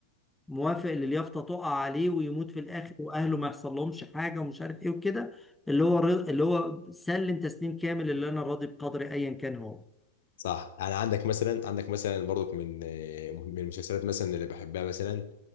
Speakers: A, in the centre; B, on the left.
A: موافق اللي اليافطة تقع عليه ويموت في الآخر وأهله ما يحصل لهمش حاجة ومش عارف إيه وكده اللي هو ر... اللي هو سلم تسليم كامل اللي أنا راضي بقدري أيا كان هو
B: صح يعني عندك مثلا عندك مثلا برضك من من المسلسلات مثلا اللي بحبها مثلا